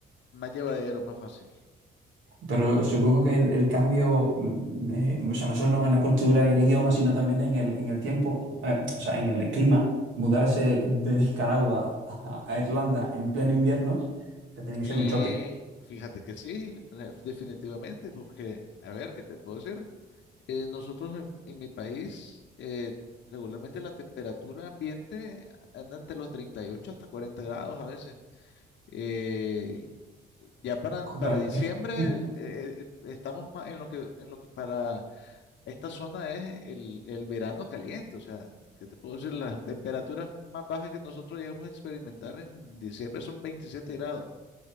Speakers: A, on the left; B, on the right.
A: más llevadero, más fácil.
B: Pero supongo que el, el cambio, mm, eh, o sea, no solo en la cultura y el idioma, sino también en el, en el tiempo, eh, o sea, en el clima, mudarse de <laughs> Nicaragua a, a Irlanda en pleno invierno, o sea, tiene que
A: Sí,
B: ser un choque.
A: fíjate que sí, la- definitivamente, porque, a ver, ¿qué te puedo decir? Eh, nosotros en, en mi país, eh, regularmente la temperatura ambiente anda entre los 38 hasta 40 grados a veces. Eh, Ya para,
B: Jope.
A: para diciembre
B: <laughs>
A: el- eh, eh, estamos ma- en lo que, en lo que para esta zona es el, el verano caliente. O sea, ¿qué te puedo decir? Las temperaturas más bajas que nosotros llegamos a experimentar en diciembre son 27 grados.